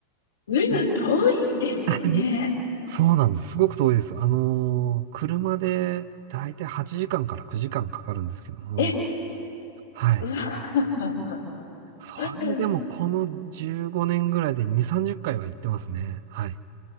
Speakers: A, on the left (about 65°); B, on the right (about 50°).
A: 随分遠いですよね。
B: うん <laughs> そうなんです。すごく遠いです。あの、車でだいたい8時間かんから9時間かかるんですけども、
A: え、
B: はい。
A: うわ。<laughs>
B: それでもこの15年ぐらいで2、
A: す
B: 30回は行ってますね。はい。